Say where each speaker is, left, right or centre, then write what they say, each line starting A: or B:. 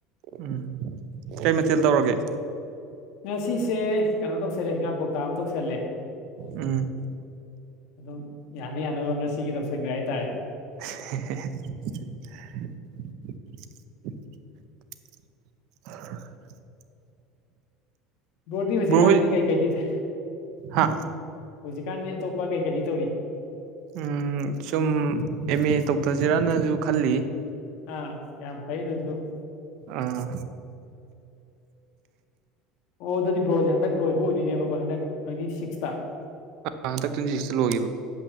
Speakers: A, on the right; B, on the left.
A: ꯎꯝ ꯀꯩ ꯃꯊꯦꯜ ꯇꯧꯔꯒꯦ
B: ꯉ ꯁꯤꯁꯦ ꯀꯩꯅꯣ ꯇꯧꯁꯜꯂꯦ ꯍꯤꯒꯥꯥꯛ ꯀꯧꯇꯥ ꯑꯃ ꯇꯧꯁꯜꯂꯦ
A: ꯎꯝ
B: ꯑꯗꯨꯝ ꯌꯥꯅ ꯌꯥꯅꯕ ꯉꯁꯤꯒꯤ ꯇꯧꯁꯟꯈ꯭ꯔꯦ ꯍꯥꯏꯇꯥꯔꯦ
A: <unintelligible> <unintelligible>
B: ꯕꯣꯔꯗꯤ ꯍꯧꯖꯤꯛꯀꯥꯟꯗꯤ
A: ꯕ꯭ꯔꯣ ꯍꯣꯏ
B: ꯀꯩꯀꯩꯗꯤ ꯇꯦ
A: ꯍꯥ
B: ꯍꯧꯖꯤꯛ ꯀꯥꯟꯗꯤ ꯑꯇꯣꯞꯄ ꯀꯩ ꯀꯔꯤ ꯇꯧꯔꯤ
A: ꯎꯝ ꯁꯨꯝ ꯑꯦꯝ ꯑꯦ ꯇꯧꯊꯁꯤꯔꯅꯁꯨ ꯈꯜꯂꯤ
B: ꯑꯥ ꯌꯥꯝ ꯐꯩ ꯑꯗꯨꯁꯨ
A: ꯑꯥ
B: ꯑꯣ ꯑꯗꯨꯗꯤ ꯕꯣꯖ ꯍꯟꯇꯛ ꯂꯣꯏꯕ ꯑꯣꯏꯗꯣꯏꯅꯦꯕꯣ ꯍꯟꯗꯛ ꯇ꯭ꯋꯦꯟꯇꯤ ꯁꯤꯛꯁ
A: ꯍꯟꯗꯛ ꯇ꯭ꯋꯦꯟꯇꯤ ꯁꯤꯛꯁꯇ ꯂꯣꯏꯈꯤꯕ